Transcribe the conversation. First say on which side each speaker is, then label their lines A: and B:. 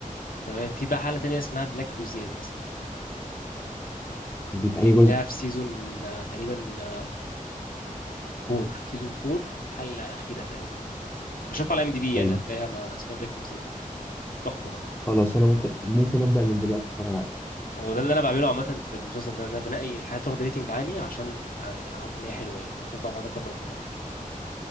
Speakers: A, on the left (about 85°); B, on the left (about 15°).
A: تمام في بقى حلقة تانية اسمها بلاك ميوزيوم مثلا
B: دي في
A: دي
B: اي
A: تلاقيها
B: جزء
A: في سيزون آه، تقريبا آه، فور سيزون فور الحلقة الأخيرة تقريبا بشوفها على ام دي بي يعني
B: حلو
A: هتلاقيها ما اسمها بلاك ميوزيوم تحفة برضه
B: خلاص انا ممكن ممكن ابدا من دلوقتي اتفرج عليه
A: هو ده اللي أنا بعمله عامة في المسلسل ده إن أنا بنقي الحاجات واخدة ريتنج عالي عشان آه، يعني أعرف إن هي حلوة يعني من غير بقى ما أقعد أجرب وكده